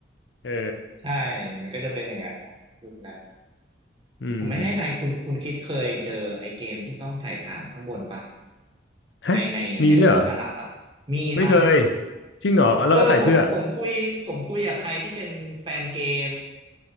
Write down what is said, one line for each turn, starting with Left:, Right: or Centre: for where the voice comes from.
Left: เออ
Right: ใช่มันก็จะเป็นอย่างนั้นนะยุคนั้น
Left: อืม
Right: ผมไม่แน่ใจคุณคุณคิดเคยเจอไอ้เกมที่ต้องใส่ฐานข้างบนปะ
Left: ฮะมีด้วยเหรอ
Right: ในในในม้วนตลับอ่ะมีครับ
Left: ไม่เคยจริงเหรอแล้วใส่เพื่อ
Right: เออผมผมคุยผมคุยกับใครที่เป็นแฟนเกม